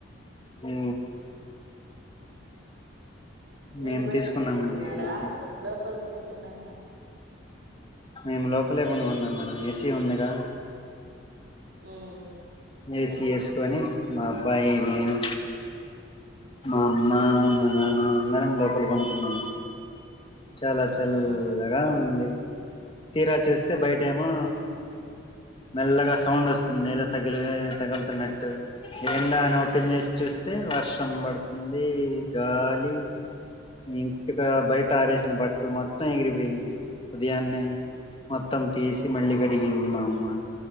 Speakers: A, on the left; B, on the right.
A: హు
B: మీరు
A: మేము
B: బయట
A: తీసుకున్నామండి
B: కొనుక్కున్నారా
A: ఏసీ
B: లోపల పన్కున్నార అ
A: మేము లోపలే పనుకున్నాం మేడం ఏసీ ఉందిగా
B: మ్మ్
A: ఏసీ వేసుకొని మా అబ్బాయి నేను మా అమ్మ మా నాన్న అందరం లోపల పనుకున్నాం చాలా
B: ఉహు
A: చల్లగా ఉంది తీరా చూస్తే బయట ఏమో మెల్లగా సౌండ్ వస్తుంది ఏదో తగిలి తగులుతున్నట్టు ఎంద అని ఓపెన్ చేసి చూస్తే వర్షం పడుతుంది గాలి ఇంటికా బయట తారేసిన బట్టలు మొత్తం ఎగిరిపోయినాయి ఉదయానే మొత్తం తీసి మళ్ళి వడిగింది మా అమ్మ